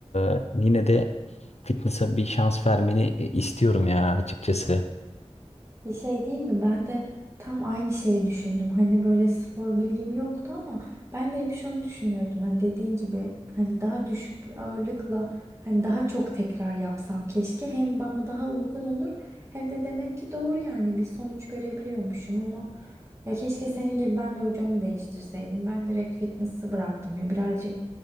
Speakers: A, on the left; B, on the right.
A: e, yine de Fitness'a bir şans vermeni e, istiyorum ya açıkçası.
B: Bir şey değil mi? Ben de tam aynı şeyi düşündüm. Hani böyle spor bilgim yoktu ama ben de hep şunu düşünüyordum. Hani dediğin gibi hani daha düşük bir ağırlıkla hani daha çok tekrar yapsam keşke hem bana daha uygun olur hem de demek ki doğru yani bir sonuç görebiliyormuşum ama ya keşke senin gibi ben de hocamı değiştirseydim. Ben direkt fitness'ı bıraktım ya birazcık